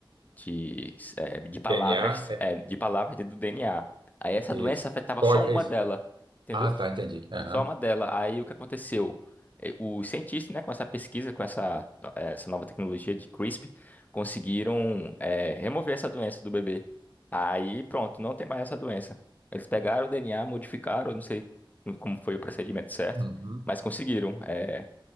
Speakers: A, on the left; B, on the right.
A: de, eh, de palavras,
B: DNA é
A: eh, de palavras dentro do DNA. Aí essa
B: isso.
A: doença afetava
B: Código
A: só uma
B: é isso.
A: dela, entendeu?
B: Ah, tá, entendi. Aham.
A: Só uma dela. Aí o que aconteceu? Eh, Os cientistas, né, com essa pesquisa, com essa, eh, essa nova tecnologia de CRISPR, conseguiram, eh, remover essa doença do bebê. Aí pronto, não tem mais essa doença. Eles pegaram o DNA, modificaram, não sei como foi o procedimento certo,
B: Uhum.
A: mas conseguiram, eh,